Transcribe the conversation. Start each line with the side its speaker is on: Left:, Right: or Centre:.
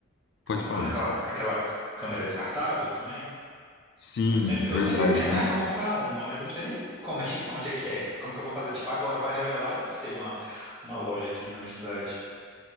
Left: Pode
Centre: comprando
Left: falar,
Centre: aquela,
Left: desculpa.
Centre: aquela câmera descartável também.
Left: Sim,
Centre: Eu sempre, eu
Left: verdade.
Centre: sempre penso,
Left: tem-
Centre: ah, eu vou comprar uma, mas eu não sei nem como é que, <laughs> onde é que é, como que eu vou fazer, tipo, agora para revelar, eu não sei uma, uma loja aqui na minha cidade.